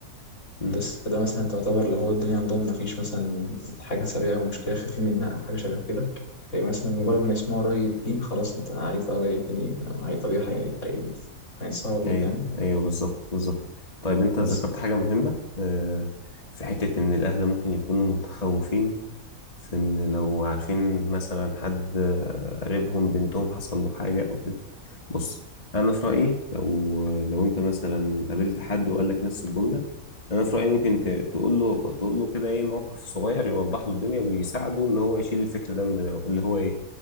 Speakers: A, on the left; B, on the left.
A: م.
B: بس فده مثلا تعتبر اللي هو الدنيا عندهم ما فيش مثلا حاجة سريعة أو مشكلة خفيفة منها أو حاجة شبه كده يعني مثلا مجرد
A: م.
B: ما يسمعوا رأي الدين خلاص أنت عايز آه رأي الدين إيه هي طبيعي هي- هي- هينصحوا ليه
A: ايوه
B: فاهم
A: ايوه بالظبط بالظبط طيب انت
B: بس
A: ذكرت حاجه مهمه آه، في حته ان الاهل ممكن يكونوا متخوفين في ان لو عارفين مثلا حد آه، قريبهم بنتهم حصل له حاجه او كده بص انا في رايي لو لو انت مثلا قابلت حد وقال لك نفس الجمله انا في رايي ممكن ت- تقول له تقول له كده ايه موقف صغير يوضح له الدنيا ويساعده ان هو يشيل الفكر ده من دماغه اللي هو ايه